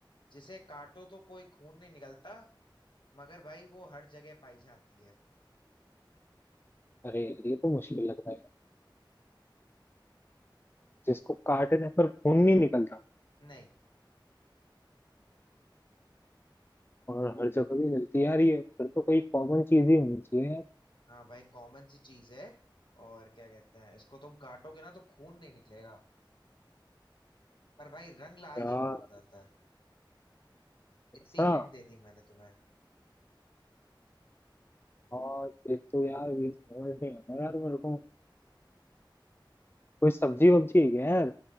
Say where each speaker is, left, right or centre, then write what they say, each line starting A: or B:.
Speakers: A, on the left; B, on the left.
A: जिसे काटो तो कोई खून नहीं निकलता मगर भाई वो हर जगह पाई जाती है
B: अरे यार, ये तो मुश्किल लग रहा है जिसको काटने पर खून नहीं निकलता
A: नहीं
B: और हर जगह भी मिलती है यार ये फिर तो कोई कॉमन चीज ही होनी चाहिए यार
A: हाँ भाई कॉमन सी चीज है और क्या कहते हैं इसको तुम काटोगे ना तो खून नहीं निकलेगा पर भाई रंग लाल
B: यार
A: जरूर हो जाता है इतनी
B: ऐसा
A: हिंट दे दी मैंने तुम्हें
B: और एक तो यार ये समझ नहीं आता यार मेरे को कोई सब्जी वब्जी है क्या यार